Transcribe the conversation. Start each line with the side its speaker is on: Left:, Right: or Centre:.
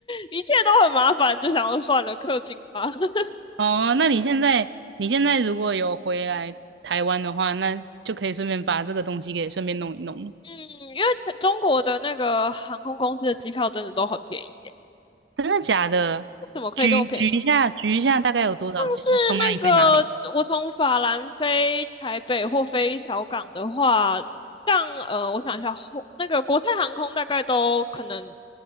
Left: 一切都很麻烦，就想要算了，氪金吧。<laughs>
Right: 哦，那你现在你现在如果有回来台湾的话，那就可以顺便把这个东西给顺便弄一弄。
Left: 嗯，因为中国的那个航空公司的机票真的都很便宜，
Right: 真的假的？
Left: 怎么可以这么便宜？
Right: 举举一下，举一下，大概有多少钱？
Left: 像是那个，
Right: 从哪里飞哪里？
Left: 我从法兰飞台北或飞小港的话，像呃，我想一下，后那个国泰航空大概都可能，